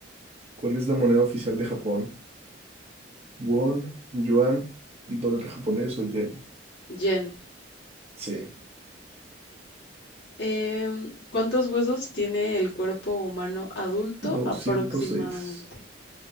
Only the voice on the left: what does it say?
Jen.
Em, ¿cuántos huesos tiene el cuerpo humano adulto
aproximadamente?